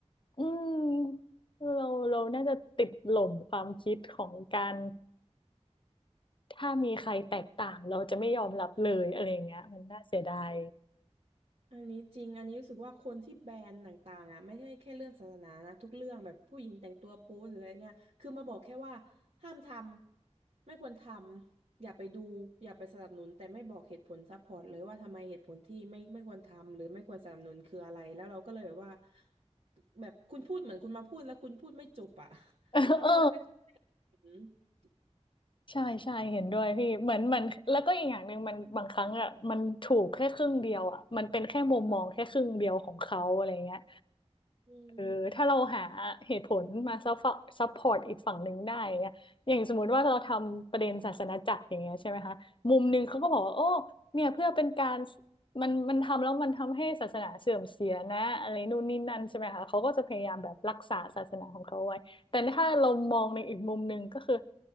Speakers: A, on the left (about 45°); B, on the right (about 70°).
A: อืมเราเราน่าจะติดหล่มความคิดของการถ้ามีใครแตกต่างเราจะไม่ยอมรับเลยอะไรอย่างเงี้ยมันน่าเสียดาย
B: อันนี้จริงอันนี้รู้สึกว่าคนที่แบนต่างๆอ่ะไม่ใช่แค่เรื่องศาสนานะทุกเรื่องแบบผู้หญิงแต่งตัวโป๊หรืออะไรเนี่ยคือมาบอกแค่ว่าห้ามทำไม่ควรทำอย่าไปดูอย่าไปสนับสนุนแต่ไม่บอกเหตุผลซัพพอร์ตเลยว่าทำไมเหตุผลที่ไม่ไม่ควรทำหรือไม่ควรสนับสนุนคืออะไรแล้วเราก็เลยแบบว่าแบบคุณพูดเหมือนคุณมาพูดแล้วคุณพูดไม่จบอ่ะ
A: <laughs> เออเออ
B: <laughs> เราก็เลยไม่เข้าใจเหตุผล
A: ใช่ใช่เห็นด้วยพี่เหมือนเหมันแล้วก็อีกอย่างหนึ่งมันบางครั้งอ่ะมันถูกแค่ครึ่งเดียวอ่ะมันเป็นแค่มุมมองแค่ครึ่งเดียวของเขาอะไรเงี้ย
B: อืม
A: เออถ้าเราหาเหตุผลมาซัพซัพพอร์ตอีกฝั่งหนึ่งได้อย่างเงี้ยอย่างสมมติว่าเราทำประเด็นศาสนาจักรอย่างเงี้ยใช่ไหมคะมุมหนึ่งเขาก็บอกว่าโอ้เนี่ยเพื่อเป็นการมันมันทำแล้วมันทำให้ศาสนาเสื่อมเสียนะอะไรนู่นนี่นั่นใช่ไหมคะเขาก็จะพยายามแบบรักษาศาสนาของเขาไว้แต่ถ้าเรามองในอีกมุมหนึ่งก็คือ